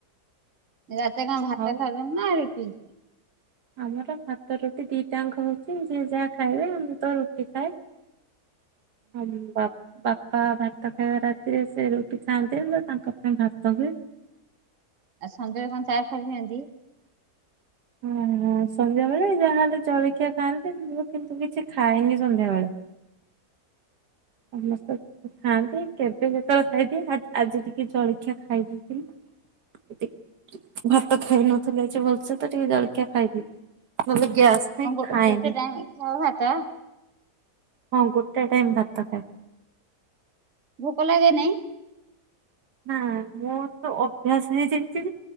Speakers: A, on the right; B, on the right.
A: ରାତି ରେ କଣ ଭାତ
B: ଆଉ
A: ଖାଉଛ ନା ରୁଟି?
B: ଆମର ଭାତ ରୁଟି ଦିଟାଙ୍କ ହଉଛି ଯିଏ ଯାହା ଖାଇବେ ମୁଁ ତ ରୁଟି ଖାଏ। ହଁ <unintelligible> ବାପା ଭାତ ଖାଇବା ରାତିରେ ସେ ରୁଟି ଖାଆନ୍ତି ନହେଲେ ତାଙ୍କ ପାଇଁ ଭାତ ହୁଏ।
A: ଆଉ ସନ୍ଧ୍ୟାବେଳେ କଣ ଚା ଫା ପିଅନ୍ତି?
B: ହଁ ହଁ ସନ୍ଧ୍ୟାବେଳେ ଯାହାହେଲେ ଜଳଖିଆ ଖାଆନ୍ତି ମୁଁ କିନ୍ତୁ କିଛି ଖାଏନି ସନ୍ଧ୍ୟାବେଳେ। ସମସ୍ତେ ଖାଆନ୍ତି କେବେ ଯେତେବେଳେ ଖାଇଦିଏ ଆ ଆଜି ଟିକେ ଜଳଖିଆ ଖାଇ ଦେଇଥିଲି। <inaudible> ଭାତ ଖାଇନଥିଲି ଆଜି ଭଲସେ ତ ଟିକେ ଜଳକିଆ ଖାଇଵି ନହେଲେ ଗ୍ୟାସ୍ ପାଇଁ
A: କଣ ଗୋ
B: ଖାଏନି।
A: ଗୋଟେ ଟାଇମ ଖାଅ ଭାତ?
B: ହଁ ଗୋଟେ ଟାଇମ ଭାତ ଖାଏ।
A: ଭୋକ ଲାଗେ ନାଇଁ?
B: ହଁ ମୋର ତ ଅଭ୍ୟାସ ହେଇଯାଇଛି